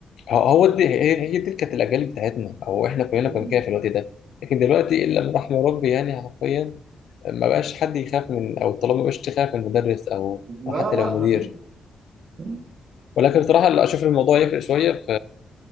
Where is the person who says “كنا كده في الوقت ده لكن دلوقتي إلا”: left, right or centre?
Left